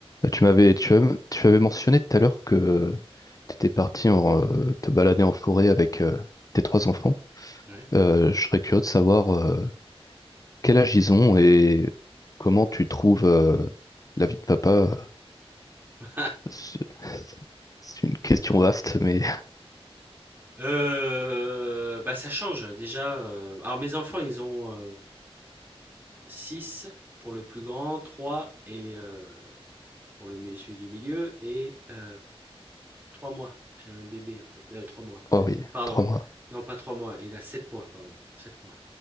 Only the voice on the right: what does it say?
Ouais.
<laughs>
Heu, bah, ça change déjà, heu, alors mes enfants ils ont, 6 pour le plus grand, trois et heu, pour le mi celui du milieu et trois mois. J'ai un bébé en fait, euh, 3 mois,
pardon.
Non pas 3 mois, il a 7 mois, pardon, Sept mois,